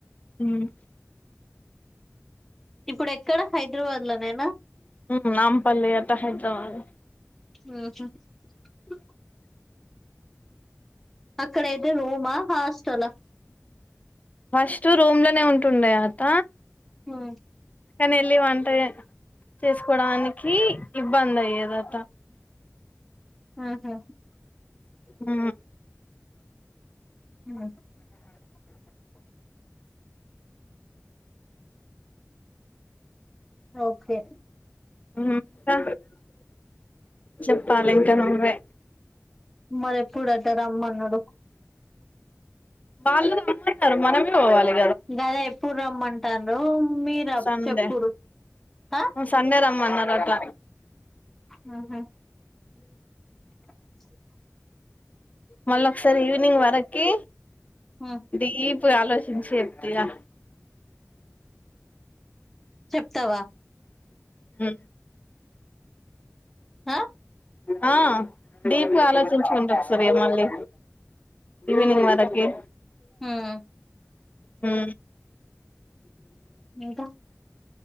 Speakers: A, on the left; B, in the centre.
A: మ్.
B: ఇప్పుడు ఎక్కడ హైదరాబాద్లోనేనా
A: ఉ నామ్పల్లి అత హైదరాబాద్
B: ఉహు ఆ అక్కడయితే రూమా హాస్టల్ ఆ
A: ఫస్ట్ రూమ్ లోనే ఉంటుండయా అత
B: హో
A: నెళ్లి వంట చేసుకోడానికి ఇబ్బంది అయ్యేద అట
B: ఉహు
A: ఉ
B: మ్మ్. ఓకే
A: ఉ కా చెప్పాలి ఇంకా నువ్వే
B: మరి ఎప్పుడు అంట రమ్మనడు
A: వాళ్ళది అంటారు మనమే పోవలే
B: గదే ఎప్పుడు రమ్మంటారు మీరు
A: సండే
B: చెప్పుడు ఆ?
A: సండే రమ్మన్నారట
B: మ్మ్హ్మ్. <unintelligible>
A: మళ్ళీ ఒకసారి ఈవినింగ్ వరకి
B: మ్మ్.
A: డీప్గాలోచించి చెప్గా
B: చెప్తావ
A: ఉ
B: హ
A: ఆ డిప్గాలోచించుకుం ఒకసారి మళ్ళీ ఈవనింగ్
B: మ్మ్.
A: వరకి
B: మ్మ్.
A: ఉ
B: ఇంక